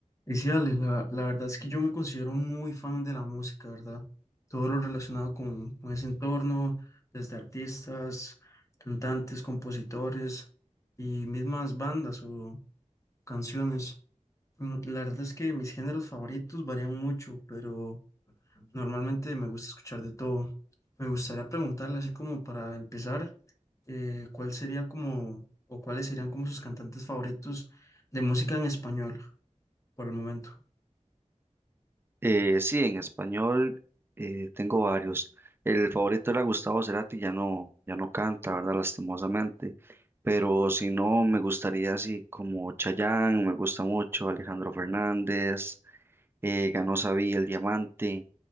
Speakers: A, on the left; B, on the right.
A: Y sí, Ale, la, la verdad es que yo me considero muy fan de la música, ¿verdad? Todo lo relacionado con, con ese entorno, desde artistas, cantantes, compositores y mismas bandas o canciones. Mm, La verdad es que mis géneros favoritos varían mucho, pero normalmente me gusta escuchar de todo. Me gustaría preguntarle, así como para empezar, eh, ¿cuál sería como, o cuáles serían como sus cantantes favoritos de música en español por el momento?
B: Eh, sí, en español eh, tengo varios. El favorito era Gustavo Cerati, ya no, ya no canta, ¿verdad? Lastimosamente. Pero si no, me gustaría así como Chayanne, me gusta mucho, Alejandro Fernández, eh, ganó Sabí el Diamante,